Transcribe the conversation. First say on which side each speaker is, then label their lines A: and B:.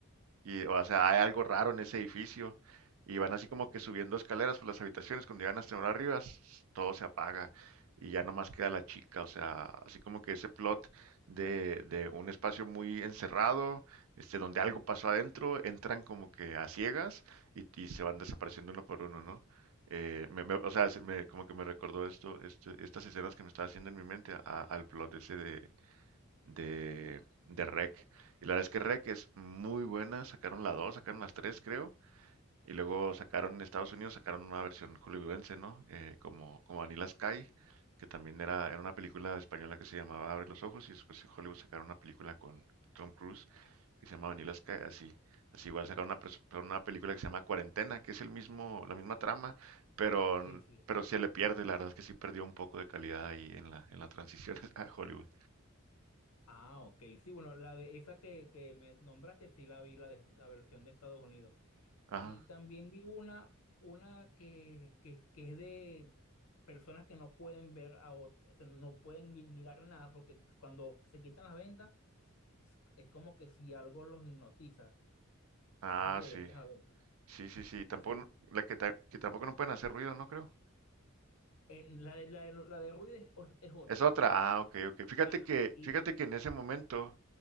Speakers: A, on the right; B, on the left.
A: y, o sea, hay algo raro en ese edificio. Y van así como que subiendo escaleras por las habitaciones. Cuando llegan hasta una arriba, s- todo se apaga. Y ya nomás queda la chica. O sea, así como que ese plot de, de un espacio muy encerrado, este, donde algo pasó adentro, entran como que a ciegas y, y se van desapareciendo uno por uno, ¿no? Eh, me- me- o sea, se me- como que me recordó esto, este- estas escenas que me estaba haciendo en mi mente a- al plot ese de, de, de REC. Y la verdad es que REC es muy buena. Sacaron la 2 sacaron las 3 creo. Y luego sacaron en Estados Unidos, sacaron una versión hollywoodense, ¿no? Eh, como, como Vanilla Sky, que también era, era una película española que se llamaba Abre los ojos. Y después en Hollywood sacaron una película con Tom Cruise que se llama Vanilla Sky, así. Así igual sacaron una, pres- una película que se llama Cuarentena, que es el mismo, la misma trama, pero,
B: Sí, sí.
A: pero se le pierde, la verdad es que sí perdió un poco de calidad ahí en la, en la transición <laughs> a Hollywood.
B: Ah, ok. Sí, bueno, la de esa que, que me nombraste, sí la vi, la, de, la versión de Estados Unidos.
A: Ajá.
B: Y también vi una, una que, que, que es de personas que no pueden ver a otras, no pueden mi- mirar nada, porque cuando se quitan las vendas, es como que si algo los hipnotiza.
A: Ah,
B: No sé si la
A: sí.
B: llegaste a ver.
A: Sí, sí, sí, tampoco,
B: Ese es-
A: la que, ta- que tampoco no pueden hacer ruido, ¿no creo?
B: eh, la de, la de, la de Ruiz es, es otra.
A: Es otra, ah, ok, ok. Fíjate
B: Ajá.
A: que,
B: Y
A: fíjate que en ese momento,